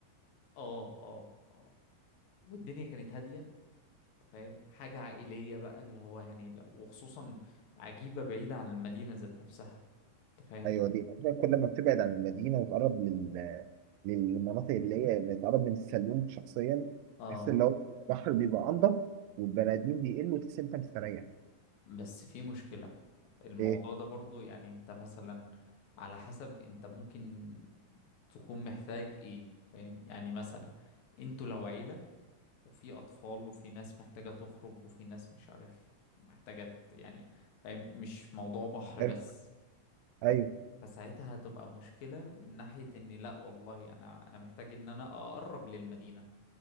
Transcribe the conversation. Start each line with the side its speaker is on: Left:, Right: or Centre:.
Left: اه اه اه والدنيا كانت هادية انت فاهم حاجة عائلية بقى اللي هو يعني لو وخصوصا عجيبة بعيدة عن المدينة ذات نفسها انت فاهم
Right: ايوه دي أصلاً كل ما بتبعد عن المدينه وتقرب لل للمناطق اللي هي اللي تقرب من السلوم شخصيا
Left: اه
Right: تحس ان هو البحر بيبقى انضف والبني ادمين بيقلوا تحس إن انت مستريح
Left: بس في مشكلة الموضوع
Right: ايه
Left: ده برضو يعني انت مثلا على حسب انت ممكن تكون محتاج ايه فاهم يعني مثلا انتوا لو عيلة وفي أطفال وفي ناس محتاجة تخرج وفي ناس مش عارف محتاجة ت- يعني فاهم مش موضوع بحر
Right: حلو
Left: بس
Right: ايوه
Left: فساعتها هتبقى مشكلة من ناحية إن لأ والله أنا أنا محتاج إن أنا أقرب للمدينة